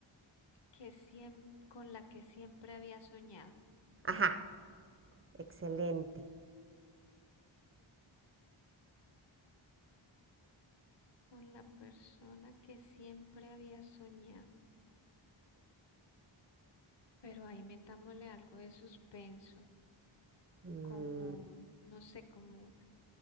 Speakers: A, on the left; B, on the right.
A: que siempre, con la que siempre había soñado,
B: Ajá, excelente.
A: con la persona que siempre había soñado. pero ahí metámosle algo de suspenso,
B: Mm,
A: como, no sé, como